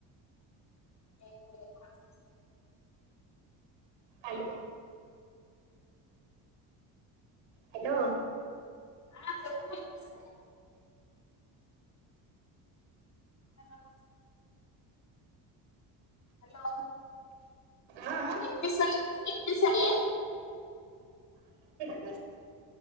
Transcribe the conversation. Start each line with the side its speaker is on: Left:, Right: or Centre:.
Left: <unintelligible>
Right: హలో హలో
Left: ఆ చెప్పు వినిపిస్థలే హలో హలో
Right: ఆ ఆ
Left: ఎంత సార్ ఎంటి సరే
Right: బ